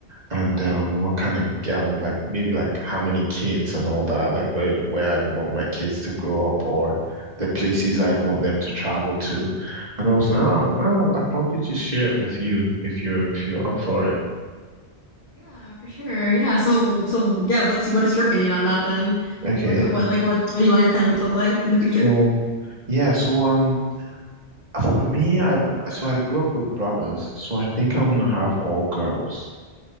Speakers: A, on the right; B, on the left.
A: and um what kind of um like maybe like how many kids and all that like where where I'd want my kids to grow up or the places I'd want them to travel to. And I was like, oh, well, I'd probably just share it with you if you're if you're up for it.
B: Yeah, for sure. Yeah. So, so yeah. What's what is your opinion on that then?
A: Okay.
B: What ki- what like what what do you want your family to look like in the future?
A: So yeah, so um For me, I so I grew up with brothers, so I think I'm gonna have all girls.